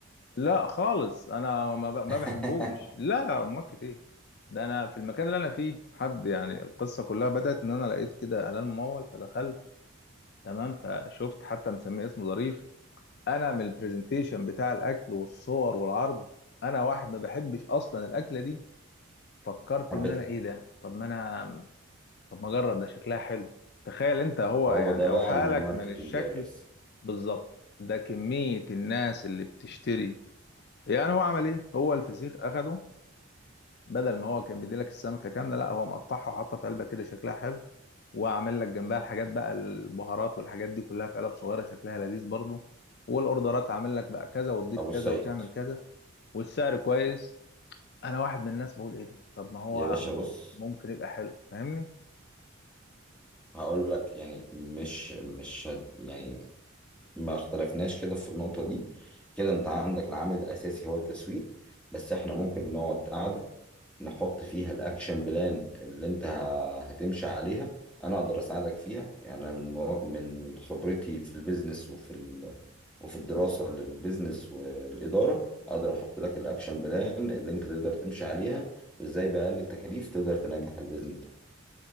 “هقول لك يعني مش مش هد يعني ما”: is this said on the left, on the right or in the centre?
Centre